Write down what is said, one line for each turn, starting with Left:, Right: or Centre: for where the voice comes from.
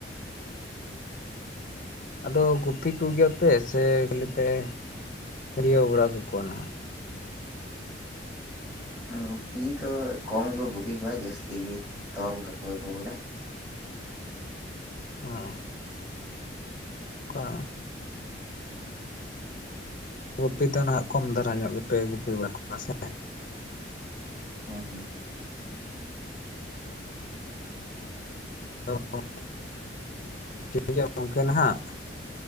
Left: ᱟᱫᱚ ᱜᱩᱯᱤ ᱠᱚᱜᱮᱭᱟᱯᱮ ᱥᱮ ᱠᱷᱟᱹᱞᱤ ᱯᱮ ᱦᱤᱨᱭᱟᱹᱣ ᱵᱟᱲᱟ ᱠᱟᱠᱚᱣᱟ ᱱᱟᱜ᱾
Centre: ᱜᱩᱯᱤ ᱫᱚ ᱠᱚᱢ ᱠᱚ ᱜᱩᱯᱤ ᱠᱚᱣᱟ ᱡᱟᱹᱥᱛᱤ ᱜᱮ ᱛᱚᱞ ᱠᱟᱠᱚᱣᱟ ᱠᱚ ᱵᱚᱞᱮ᱾
Left: ᱦᱚᱸ᱾ ᱠᱟ᱾ ᱜᱩᱯᱤ ᱫᱚ ᱱᱟᱦᱟᱜ ᱠᱚᱢ ᱫᱷᱟᱨᱟ ᱧᱚᱜ ᱜᱮᱯᱮ ᱜᱩᱯᱤ ᱵᱟᱲᱟ ᱠᱚᱣᱟ ᱥᱮ᱾
Centre: ᱦᱩᱸ ᱦᱩᱸ᱾
Left: <unintelligible> ᱴᱷᱤᱠ ᱜᱮᱭᱟ ᱜᱚᱝᱠᱮ ᱱᱟᱦᱟᱜ᱾